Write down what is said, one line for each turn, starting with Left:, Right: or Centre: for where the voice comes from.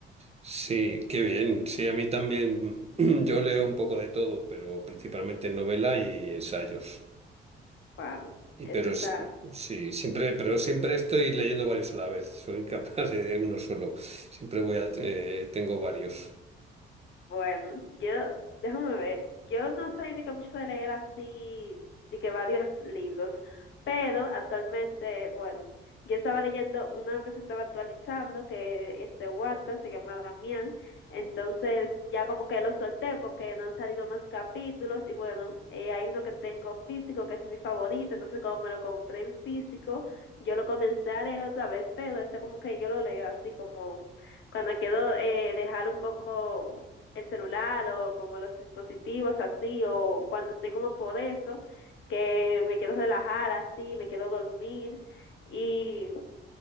Right: Sí, qué bien. Sí, a mí también. <clears throat> Yo leo un poco de todo, pero principalmente novela y ensayos.
Left: Wow,
Right: Y
Left: eso
Right: pero
Left: está
Right: s- sí, siempre, pero siempre estoy leyendo varios a la vez. Soy incapaz de uno solo. Siempre voy a, eh, tengo varios.
Left: Bueno, yo, déjame ver, yo no soy de que mucho de leer así, de que varios libros, pero actualmente, bueno, yo estaba leyendo uno que se estaba actualizando, que es de Wattpad, se llama Damián, entonces ya como que lo solté porque no han salido más capítulos y bueno, eh, hay uno que tengo físico que es mi favorito, entonces como me lo compré en físico, yo lo comencé a leer otra vez, pero ese como que yo lo leo así como cuando quiero eh, dejar un poco el celular o como los dispositivos así o cuando estoy como por eso que me quedo relajada así, me quedo dormir y